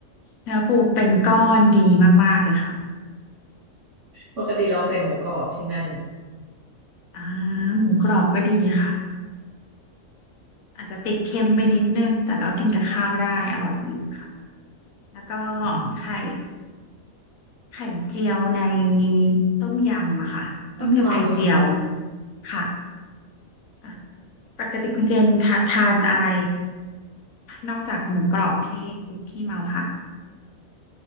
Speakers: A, on the left; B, on the right.
A: เนื้อปูเป็นก้อนดีมากๆเลยค่ะ
B: ปกติลองแต่หมูกรอบที่นั่น
A: อ่าหมูกรอบก็ดีค่ะ อาจจะติดเค็มไปนิดนึง แต่ก็กินกับข้าวได้อร่อยดีค่ะ แล้วก็
B: อืม
A: ไข่ไข่เจียวในต้มยำอะค่ะ
B: ต้มยำอ๋อ
A: ต้มยำไข่เจียวค่ะอ่ะปกติคุณเจนทะทานอะไรนอกจากหมูกรอบที่คุกกี้เมาค่ะ